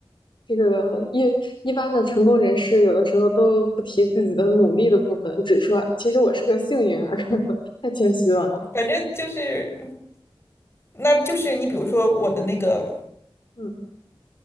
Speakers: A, on the left (about 55°); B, on the left (about 25°).
A: 这个一一般的成功人士有的时候都不提自己的努力的部分，只说其实我是个幸运儿，<laughs> 太谦虚了啊。
B: <laughs> 反正就是，那就是你比如说我的那个
A: 嗯